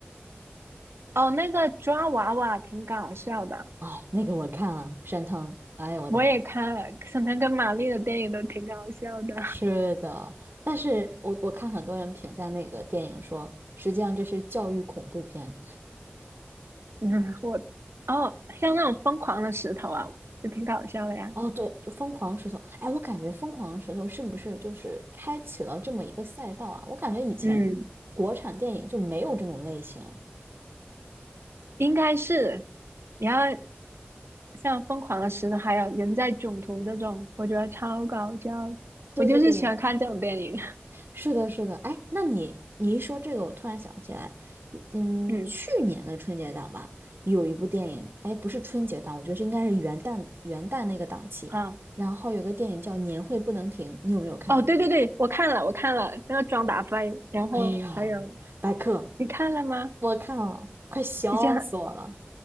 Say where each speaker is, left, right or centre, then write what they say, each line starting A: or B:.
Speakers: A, on the right (about 85°); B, on the right (about 60°).
A: 哦，那个抓娃娃挺搞笑的，
B: 啊，那个我看了，沈腾，哎呦我的妈！
A: 我也看了，沈腾跟马丽的电影都挺搞笑的。
B: 是的，但是我我看很多人评价那个电影说，实际上这是教育恐怖片。
A: <laughs> 嗯，我哦，像那种疯狂的石头啊，就挺搞笑的呀。
B: 哦，对，就疯狂石头。哎，我感觉疯狂石头是不是就是开启了这么一个赛道啊？我感觉以前
A: 嗯，
B: 国产电影就没有这种类型。
A: 应该是。然后像《疯狂的石头》还有《人在囧途》这种，我觉得超搞笑。
B: 对对对，
A: 我就是喜欢看这种电影。<laughs>
B: 是的，是的。哎，那你你一说这个，我突然想起来，一嗯，
A: 嗯
B: 去年的春节档吧，有一部电影，哎，不是春节档，我觉得是应该是元旦元旦那个档期。
A: 啊，
B: 然后有个电影叫《年会不能停》，你有没有看过？
A: 哦，对对对，我看了，我看了那个《装打飞》，然后还有
B: 哎呦，白客，
A: 你看了吗？
B: 我看了，快笑死我了。
A: 以前很